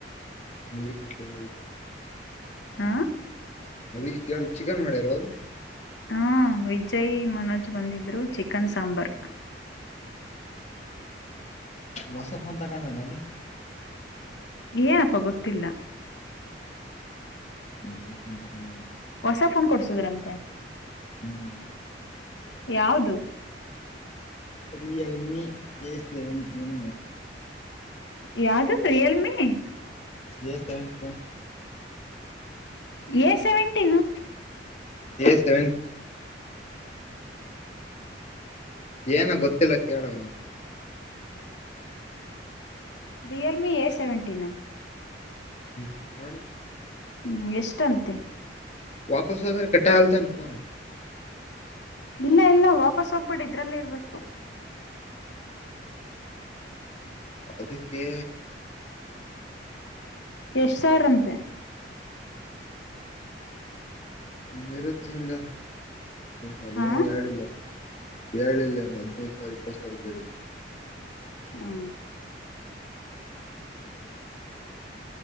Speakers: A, on the left; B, on the left.
A: ಮಲ್ಲಿ ಕದು
B: ಹಾ
A: ಅದಕ್ಕೆ ಕೇಳ ಚಿಕನ್ ಮಾಡ್ಯಾರ ಅವ್ರು
B: ಹ್ಮ ವಿಜಯ್ ಮನೋಜ್ ಬಂದಿದ್ರು ಚಿಕನ್ ಸಾಂಬಾರ್
A: ವಸ ಫೋನ್ ತಂಗೋಡನಲ್ಲೀ
B: ಏನಪ್ಪ ಗೊತ್ತಿಲ್ಲ
A: ಹ್ಮ ಹ್ಮ ಹ್ಮ್
B: ಹೊಸ ಫೋನ್ ಕೊಡ್ಸುದ್ರಂತೆ
A: ಹ್ಮ್
B: ಯಾವುದು
A: ರಿಯಲ್ಮಿ ಏ ಸೆವೆನ್ ಏನು
B: ಯಾವ್ದೋ Realme
A: A seventeen
B: A seventeen
A: A seven ಏನ ಗೊತ್ತಿಲ್ಲ ಕೇಳವನು
B: ರಿಯಲ್ಮಿ ಎ ಸೆವೆಂಟಿನ್ನ್
A: ಹ ಮಾಡ
B: ಹ್ಮ್ ಎಷ್ಟಂತೆ
A: ವಾಪಸ್ ಹದ ಕಟ್ಟಾ ಹಲ್ತ ಕನ್
B: ಇಲ್ಲ ಇಲ್ಲ ವಾಪಸ್ ಹೋಗ್ಬೇಡಿ ಇ್ರಲ್ಲೇ ಇರ್ಬೇಕು
A: ಅದಕ್ಕೆ
B: ಎಷ್ಟ ಸಾವಿ್ರಂತೆ
A: ಮರುತ್ತಿಂದ ಹರಿಯಾನ
B: ಹಾ
A: ಯಡಲ್ಲ ಹೇಳಏಳ್ಿಲ್ಲ ಅವ್ನು ಹದ್ನೈದು ಸಾವಿರ ಇಪ್ಪತ್ ಸಾವಿರ ಬ ಇರುದ
B: ಹಾ